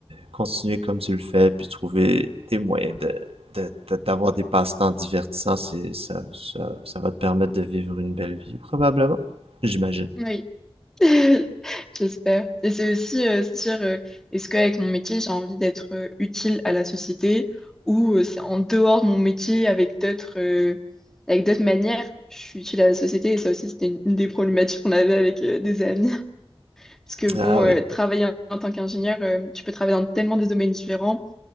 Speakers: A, on the right (about 75°); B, in the centre.
A: continuer comme tu le fais, puis trouver des moyens de, de- de- d'avoir des passe-temps divertissants, c'est, ça, ça, ça va te permettre de vivre une belle vie, probablement. J'imagine.
B: Oui. <laughs> J'espère. Et c'est aussi euh, se dire, euh, est-ce qu'avec mon métier, j'ai envie d'être euh, utile à la société ou euh, c'est en dehors de mon métier avec d'autres euh, avec d'autres manières, je suis utile à la société. Et ça aussi, c'était une, une des problématiques qu'on avait avec euh, des amis. <laughs> Parce que bon,
A: Ah
B: euh,
A: oui.
B: travailler en, en tant qu'ingénieur, euh, tu peux travailler dans tellement de domaines différents.